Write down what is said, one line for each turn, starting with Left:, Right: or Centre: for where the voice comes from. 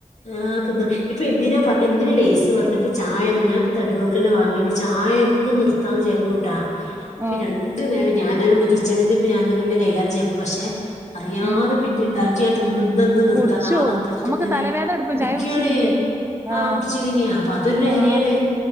Left: ആഹ് തിന്ന് ഇപ്പൊ എന്തിനാ പറഞ്ഞ എന്തിനാ ലേസ് പറനെ പ്പൊ ചായതാ ഞാൻ തടികൊർക്കൽ വാങ്ങയ്ട്ട് ചായ എന്നും നിർത്താന്ന് വിചാരിക്കൂട്ടാ അപ്പൊ
Right: ആ
Left: രൺ ണ്ട് നേരൊ ഞാനെനെള്ളൂ കിച്ചണിൽ ഇപ്പ ഞാൻ തന്നെല്ല കൈകാരിം ചെയ്യപ്പ പക്ഷെ അറിയാതെ
Right: ഉം
Left: പിന്നെണ്ടാക്കി ച്ചേണ്ട് ഇന്ന് ന്ന് നിർത്താം
Right: കുടിച്ചോവും
Left: നാളെ നിർത്തച്ചിട്ട്
Right: നമ്മക്ക്
Left: ഇങ്ങനെ
Right: തലവേദന എടുക്കും
Left: കുടിക്യാണ്
Right: ചായ കുടിച്ചില്ലെങ്കില് ആ
Left: ആഹ് കുടിച്ചീല്ലങ്ങിയ അപ്പൊ അതൊരു ലഹരിയാണ്
Right: ആ